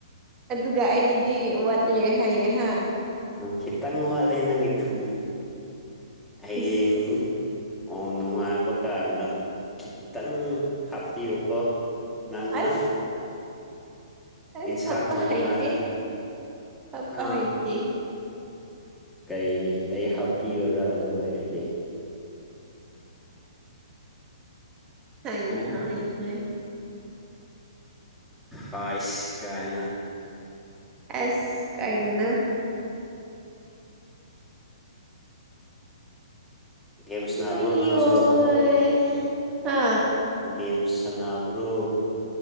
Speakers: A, on the right; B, in the centre.
A: ꯑꯗꯨꯒ ꯑꯩꯒꯤꯗꯤ ꯋꯥꯠꯂꯦ ꯍꯥꯏꯌꯦ ꯍꯥ
B: ꯑ ꯈꯤꯇꯪ ꯋꯥꯂꯦ ꯅꯪꯒꯤ ꯊꯨꯝ ꯍꯌꯦꯡ
A: ꯏꯁ
B: ꯑꯣ ꯅꯨꯡꯉꯥꯏꯕ ꯀꯥꯟꯗ ꯈꯤꯇꯪ ꯍꯥꯞꯄꯤꯌꯨꯀꯣ ꯅꯪꯅ
A: ꯑꯁ ꯑꯁ
B: ꯏꯟꯁꯥꯡ
A: ꯍꯥꯞꯄ
B: ꯊꯣꯡꯕ
A: ꯍꯥꯏꯇꯦ
B: ꯀꯥꯟꯗ
A: ꯍꯥꯞꯄ
B: ꯍꯥ
A: ꯍꯥꯏꯇꯦ
B: ꯀꯩꯒꯤ ꯑꯩ ꯍꯥꯞꯄꯤꯌꯨꯔꯣ ꯑꯗꯨ ꯑꯣꯏꯔꯗꯤ
A: ꯍꯥꯏ
B: ꯍꯥ
A: ꯍꯥꯏ ꯍꯥꯏ
B: ꯍꯁꯤ ꯀꯥꯏꯅ
A: ꯑꯦꯁ ꯀꯥꯏꯅ
B: ꯒꯦꯝꯁ ꯅꯅꯥꯕꯨ꯭ꯔꯣ
A: ꯑꯩꯌꯣꯏ
B: ꯅꯪꯁꯨ
A: ꯍꯥ
B: ꯦꯝ ꯁꯅꯥꯕ꯭ꯔꯣ